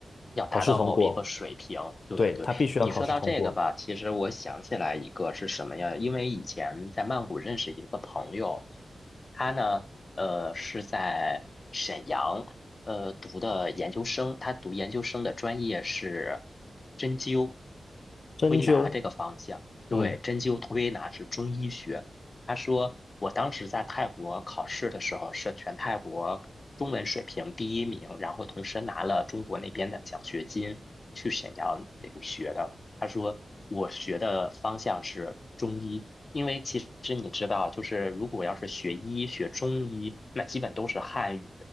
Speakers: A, on the left; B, on the left.
A: 要达到某一个水平。
B: 考试通过，
A: 对对，
B: 对，他必须要考试通过。
A: 你说到这个吧，其实我想起来一个是什么呀？因为以前在曼谷认识一个朋友，他呢，呃，是在沈阳，呃，读的研究生，他读研究生的专业是针灸
B: 针灸，
A: 推拿这个方向。对，
B: 嗯，
A: 针灸推拿是中医学。他说我当时在泰国考试的时候是全泰国中文水平第一名，然后同时拿了中国那边的奖学金去沈阳留学的。他说我学的方向是中医，因为其实你知道，就是如果要是学医学中医，那基本都是汉语，